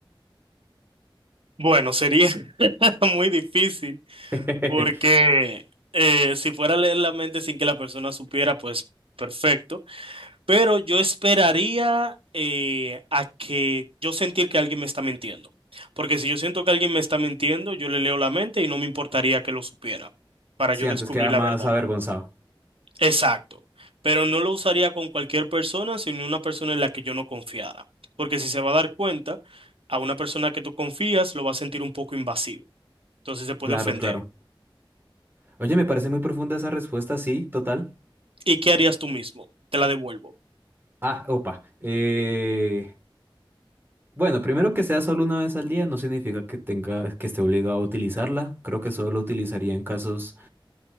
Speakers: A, on the right; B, on the right.
A: Bueno, sería <laughs> muy difícil
B: <laughs>
A: porque eh, si fuera a leer la mente sin que la persona supiera, pues perfecto. Pero yo esperaría eh, a que yo sentir que alguien me está mintiendo. Porque si yo siento que alguien me está mintiendo, yo le leo la mente y no me importaría que lo supiera para
B: Sí,
A: yo
B: antes
A: descubrir
B: queda más
A: la verdad.
B: avergonzado.
A: Exacto. Pero no lo usaría con cualquier persona, sino una persona en la que yo no confiara. Porque si se va a dar cuenta, a una persona que tú confías lo va a sentir un poco invasivo. Entonces se puede
B: Claro,
A: ofender.
B: claro. Oye, me parece muy profunda esa respuesta, sí, total.
A: ¿Y qué harías tú mismo? Te la devuelvo.
B: Ah, opa. Eh, bueno, primero que sea solo una vez al día no significa que tenga, que esté obligado a utilizarla. Creo que solo lo utilizaría en casos,